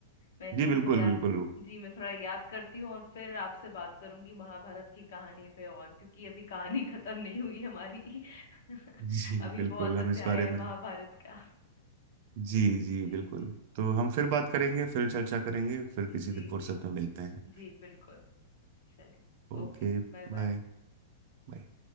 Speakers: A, on the left; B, on the right.
A: मैं
B: जी
A: थोड़ा
B: बिल्कुल
A: सा या
B: बिल्कुल
A: जी मैं थोड़ा याद करती हूँ और फिर आपसे बात करूंगी महाभारत की कहानी पे और क्योंकि अभी कहानी <laughs> खत्म नहीं हुई हमारी <laughs>
B: जी
A: अभी
B: बिल्कुल
A: बहुत
B: हम
A: अध्याय
B: इस बारे
A: है
B: में
A: महाभारत का
B: जी जी
A: जी
B: बिल्कुल
A: जी
B: तो हम फिर बात करेंगे फिर चर्चा करेंगे फिर
A: जी
B: किसी
A: जी
B: दिन फुर्सत
A: जी
B: में मिलते हैं
A: जी बिल्कुल चलिए
B: ओके
A: Okay bye
B: Bye
A: bye
B: bye